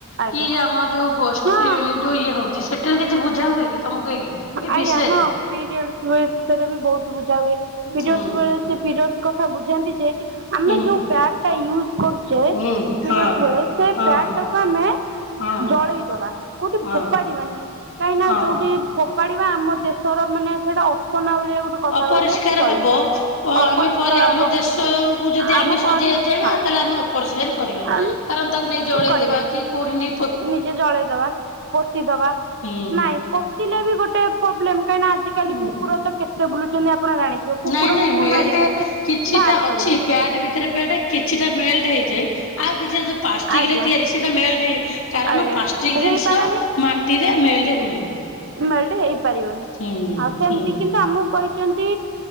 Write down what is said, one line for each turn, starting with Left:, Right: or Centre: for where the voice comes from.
Right: ଆଜ୍ଞା
Left: କି ଆମ ଯୋଉ ଗୋଷ୍ଠୀ
Right: ହଁ
Left: ଯୋଉ ଇଏ ହଉଛି ସେଠାରେ କି କିଛି ବୁଝା ହୁଏ ତମକୁ ଏଇ ଏ
Right: ଆଜ୍ଞା
Left: ବିଷୟରେ
Right: ହଁ ପିରିୟଡସ୍ ରେ ବି ବହୁତ ବୁଝା ହୁଏ ପିରିୟଡସ୍
Left: ହୁଁ
Right: ବେଳେ ସେ ପିରିୟଡସ୍ କଥା ବୁଝାନ୍ତି ଯେ ଆମେ
Left: ହୁଁ
Right: ଯୋଉ ପ୍ୟାଡ୍ ଟା କରୁଚେ
Left: ହୁଁ
Right: ପିରୀୟର୍ଡସ୍
Left: ହଁ
Right: ବେଳେ ସେ
Left: ହଁ
Right: ପ୍ୟାଡ଼ ଟାକୁ ଆମେ
Left: ହଁ
Right: ଜଳେଇ ଦବା କୋଉଠି
Left: ହଁ
Right: ଫୋପାଡିବାନି। କାହିଁକି ନା
Left: ହଁ
Right: ଯୋଉଠି ଫୋପାଡିବା ଆମ ଦେଶର ମାନେ ସେଇଟା ଅସନା ଭଳିଆ ଗୋଟେ କଥା
Left: ଅପରିଷ୍କାର
Right: କହିଲେ ଚଳିବ।
Left: ହବ ଆମେ
Right: ଅପରିଷ୍କାର
Left: ପ ଆମ
Right: ହବ
Left: ଦେଶ କୁ ଯଦି ଆମେ
Right: ଆମ
Left: ସଜେଇବାକୁ
Right: ପରିବେଶ
Left: ଚାହିଁବା ତାହେଲେ ଅପରଶୟ ରେ
Right: ହଁ
Left: କରିବାନି କାରଣ ତାକୁ ନେଇ ଜଳେଇ
Right: କରିବାନି।
Left: ଦେବା କଉଠି ନେଇକି
Right: ନିଜେ ଜଳେଇଦବା ପୋତି ଦବା
Left: ହୁଁ
Right: ନାଇଁ ପୋ ଥିଲେ ବି ଗୋଟେ ପ୍ରୋବ୍ଲେମ୍ କାହିଁକି ନା ଆଜିକାଲି
Left: ହୁଁ
Right: କୁକୁର ତ କେତେ ତେ ବୁଲୁଛନ୍ତି ଆପଣ ଜାଣିଥିବ କୁକୁର
Left: ନାଇଁ ନାଇଁ
Right: ମୁହଁ
Left: ମେଲ୍ଟେ
Right: ମାରିବେ ମାତ୍ରେ
Left: କିଛିଟା
Right: ବାହାର
Left: ଅଛି
Right: କରିବ।
Left: ପ୍ୟାଡ ଭିତରେ ପ୍ୟାଡ କିଛିଟା ମେଲ୍ଟ ହେଇଯାଇ ଆଉ କିଛି ଯୋଉ ପ୍ଲାଷ୍ଟିକ
Right: ଆଜ୍ଞା
Left: ରେ ତିଆରି ସେଇଟା ମେଲ୍ଟ କାରଣ
Right: ଆଜ୍ଞା
Left: ପାଷ୍ଟିକ ଜିନିଷ
Right: ହେଇପାରେନି
Left: ମାଟିରେ ମେଲ୍ଟ ହୁଏନି।
Right: ମେଲ୍ଟ ହେଇପାରିବନି
Left: ହୁଁ
Right: ଆଉ ସେମିତି
Left: ହୁଁ
Right: କିନ୍ତୁ ଆମକୁ କହିଛନ୍ତି